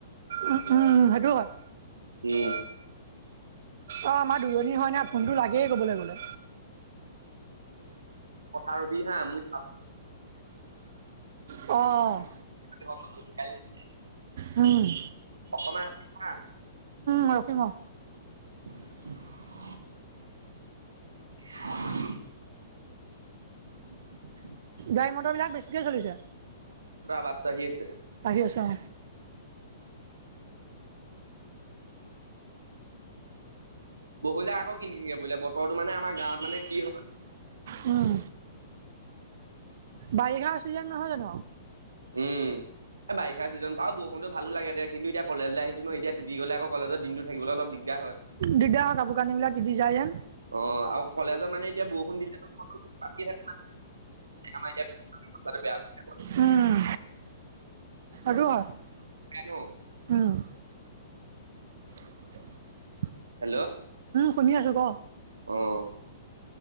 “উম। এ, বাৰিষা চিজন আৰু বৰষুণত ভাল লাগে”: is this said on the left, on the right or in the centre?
Right